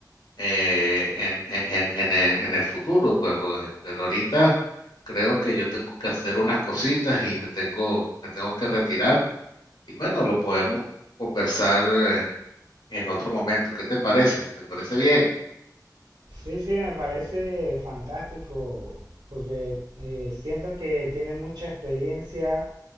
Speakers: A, on the left; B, on the right.
A: eh, en, en- en- en- el futuro, pues, pues, pero ahorita creo que yo tengo que hacer unas cositas y me tengo, me tengo que retirar. Y bueno, lo podemos conversar eh, en otro momento. ¿Qué te parece? ¿Te parece bien?
B: Sí, sí, me parece fantástico porque eh, siento que tiene mucha experiencia